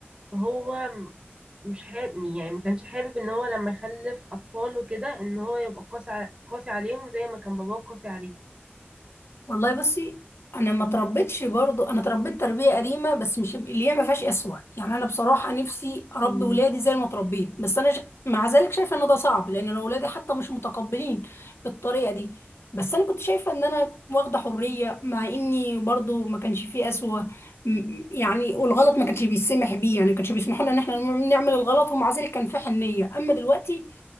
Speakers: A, on the right; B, on the left.
A: فهو م- مش حابب يعني ما كانش حابب ان هو لما يخلف اطفال وكده ان هو يبقى قاسي ع- قاسي عليهم زي ما كان باباه قاسي عليه
B: والله بصي انا ما تربيتش برضو انا تربيت تربيه قديمه بس مش اللي هي ما فيهاش اسوه يعني انا بصراحه نفسي اربي
A: مم.
B: ولادي زي ما تربيت بس انا ش... مع ذلك شايفه ان ده صعب لان انا ولادي حتى مش متقبلين بالطريقه دي بس انا كنت شايفه ان انا واخده حريه مع اني برضو ما كانش فيه اسوه م- م- يعني والغلط ما كانش بيسمح بيه يعني ما كانش بيسمحوا لنا ان احنا نعمل الغلط ومع ذلك كان في حنيه اما دلوقتي